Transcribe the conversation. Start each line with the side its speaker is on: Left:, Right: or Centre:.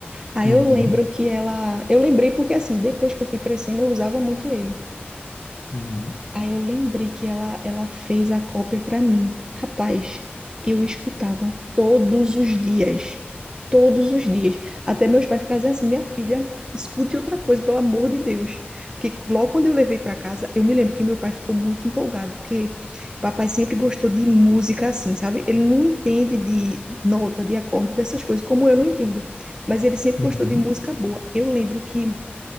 Right: Aí
Left: Uhum,
Right: eu lembro que ela. Eu lembrei porque, assim, depois que eu fui crescendo, eu usava muito ele.
Left: uhum,
Right: Aí eu lembrei que ela, ela fez a cópia para mim. Rapaz, eu escutava todos os dias. Todos os dias. Até meus pais ficavam dizendo assim: minha filha, escute outra coisa, pelo amor de Deus. Porque logo quando eu levei para casa, eu me lembro que meu pai ficou muito empolgado, porque papai sempre gostou de música assim, sabe? Ele não entende de nota, de acorde, dessas coisas, como eu não entendo. Mas ele sempre
Left: uhum,
Right: gostou de música boa. Eu lembro que